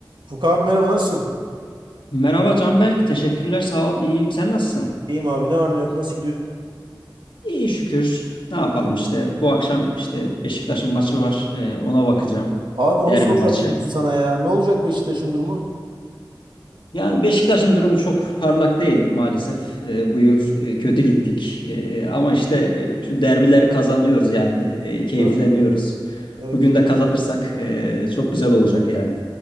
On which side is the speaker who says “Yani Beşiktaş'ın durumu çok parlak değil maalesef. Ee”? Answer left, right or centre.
Left